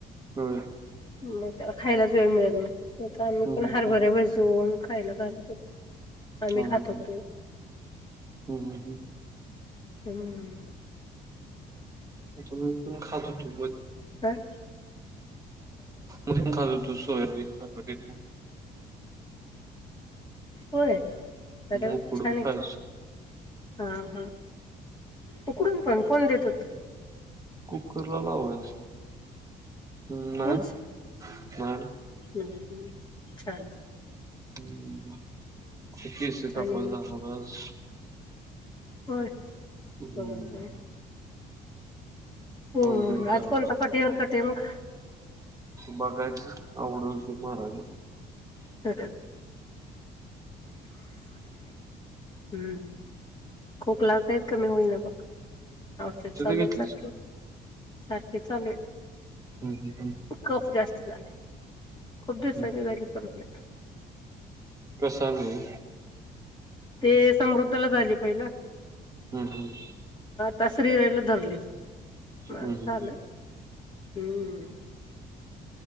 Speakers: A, on the right; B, on the left.
A: हो
B: मग त्याला खायलाच वेळ मिळत नाही
A: हम्म
B: आम्ही पण
A: हम्म
B: हरभरे
A: हम्म
B: बजवून खायला घालत होत आम्ही
A: हा
B: खातोतो
A: हा हा हम्म हम हम्
B: हम्म
A: ताु मी कोण खातो तु
B: ह
A: मदीम खजतो सोयान हेत
B: होय बरर
A: उकडून
B: छान नाही
A: खायच
B: हा हा उकडून पण कोण देतात
A: कुकर ला लावायचं हम् नाही
B: तूच
A: नाही
B: हम्म हम्म छानछान
A: हम्म एककीस का
B: आणि
A: फलला नबाज
B: हो ह
A: हम्म
B: ह हो
A: आवरून
B: आज
A: जायचं
B: कोणता कटी हर कटी मग
A: बघायच आवडल महाराज
B: अ हम्म खोकला काय कमी होईना बघ औषध चालू
A: घेतलीस
B: आहेत सारखे
A: का
B: सारख हे चालूय
A: हम्म हम्म, हम्म,
B: कफ जास्त झाले खूप दिसांनी
A: हम्म.
B: झाली सब्जीता
A: कसा नाही
B: ते समृद्धला झाले पहिला
A: हम्म हम्म
B: तासरीरायला धरली मग
A: हम्म,
B: झालं
A: हम्म,
B: हम्म